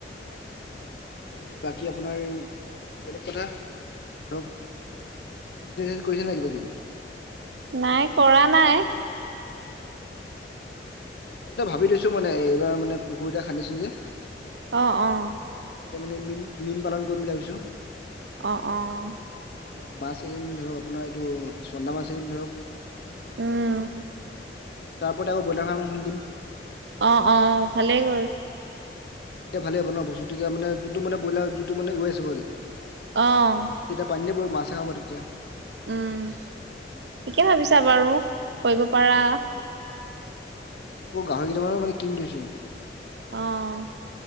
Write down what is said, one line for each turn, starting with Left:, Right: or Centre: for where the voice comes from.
Left: আৰু এনেই বাকী আপোনাৰ বেলেগ কথা, ধৰক বিজনেছ কৰিছে নে কিবা কিবি?
Right: নাই কৰা নাই
Left: মই এটা ভাবি থৈছো মানে এইবাৰ মানে পুখুৰী এটা খান্দিছো যে
Right: অ অ'
Left: তাতে মানে মীন, মীন পালন কৰিম বুলি ভাবিছো।
Right: অঁ অঁ
Left: তাত মানে মাছ এৰিম ধৰক আপোনাৰ এইটো, চন্দা মাছ এৰিম ধৰক। আৰু কিবা
Right: উম,
Left: কিবি এৰিম আৰু, তাৰ ওপৰত আক ব্ৰইলাৰ ফাৰ্ম এখন খুলি দিম।
Right: অ অ' ভালেই বাৰু।
Left: তেতিয়া ভালে হ'ব ন বস্তু, তেতিয়া মানে যোনটো মানে ব্ৰইলাৰ যোনটো মানে ৱেস্ট হ'ব যে
Right: অ',
Left: খিনি তা পানীতে পৰিব মাছে খাব তেতিয়া।
Right: উম'
Left: মাছখিনি
Right: ঠিকে
Left: তেতিয়া
Right: ভাবিছা
Left: অলপ হেৰি
Right: বাৰু, কৰিব
Left: অ
Right: পাৰা।
Left: তাতো আকৌ গাহৰি কেইটামানো মানে কিনি থৈছো।
Right: অ'।